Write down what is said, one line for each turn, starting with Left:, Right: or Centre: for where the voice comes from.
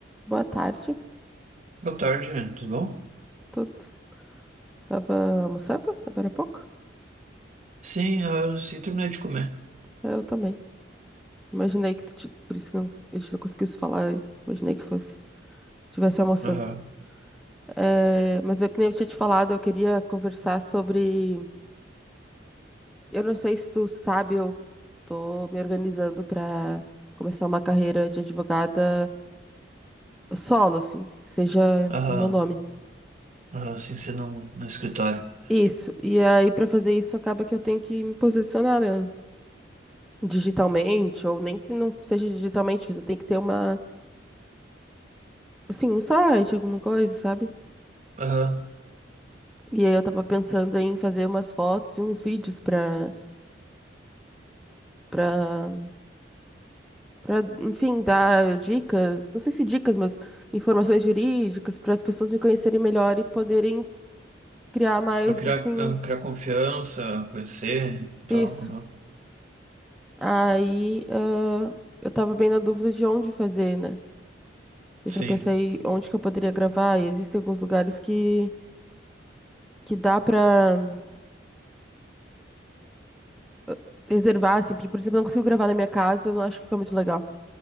Centre: Boa tarde,
Right: Boa tarde, tudo bom?
Centre: tudo. Tava almoçando agora há pouco?
Right: Sim, ah, sim, terminei de comer.
Centre: Eu também. Imaginei que tu, ti- por isso que não, a gente não conseguiu se falar antes. Imaginei que fosse, estivesse almoçando.
Right: Aham,
Centre: É, mas eu que nem eu tinha te falado, eu queria conversar sobre. Eu não sei se tu sabe, eu tô me organizando para começar uma carreira de advogada solo, assim, que seja
Right: aham,
Centre: meu nome.
Right: aham, sim, sim, no, no escritório.
Centre: Isso. E aí, para fazer isso, acaba que eu tenho que me posicionar, né? digitalmente, ou nem que não seja digitalmente, mas eu tenho que ter uma assim, um site, alguma coisa, sabe?
Right: Aham,
Centre: E aí eu tava pensando em fazer umas fotos e uns vídeos pra, pra, pra, enfim, dar dicas, não sei se dicas, mas informações jurídicas para as pessoas me conhecerem melhor e poderem criar mais,
Right: pra criar,
Centre: assim,
Right: ah, criar confiança, conhecer e tal,
Centre: isso.
Right: aham.
Centre: Aí, ah, eu tava bem na dúvida de onde fazer, né? Eu
Right: Sim,
Centre: já pensei onde que eu poderia gravar e existem alguns lugares que, que dá pra ah, reservar, assim, porque, por exemplo, eu não consigo gravar na minha casa, eu não acho que fica muito legal.